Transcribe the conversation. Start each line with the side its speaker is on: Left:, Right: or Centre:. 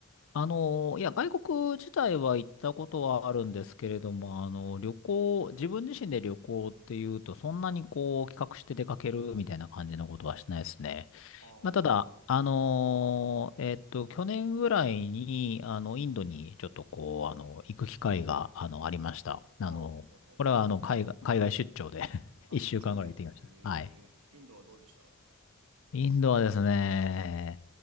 Left: あのー、いや、外国自体は行ったことはあるんですけれども、あの、旅行、自分自身で旅行っていうと、そんなにこう、企画して出かけるみたいな感じのことはしないですね。
Right: あ
Left: まあ、ただ、
Right: あ、あ
Left: あのーえっと、去年ぐらいに、あの、インドにちょっとこう、あの、行く機会が、あの、ありました。あの、
Right: ほうほうほう。
Left: これは、あの、海外、海外出張で <laughs>
Right: あ、
Left: 一週間ぐらい行ってきました。
Right: 出張で。ええインドはどうでした
Left: はい。インドはですね、